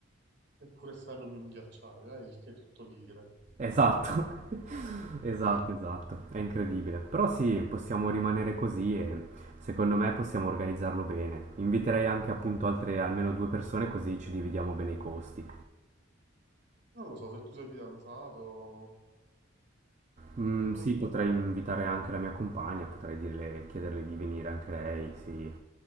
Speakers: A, on the right; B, on the right.
A: eppure stanno in un ghiacciaio, eh, il che è tutto dire.
B: Esatto, <laughs> esatto,
A: Eh,
B: esatto, è incredibile. Però sì, possiamo rimanere così e secondo me possiamo organizzarlo bene. Inviterei anche appunto altre almeno due persone così ci dividiamo bene i costi.
A: non lo so, se tu sei fidanzato,
B: Mm,
A: noi
B: sì,
A: mi-
B: potrei invitare anche la mia compagna, potrei dirle, chiederle di venire anche lei, sì,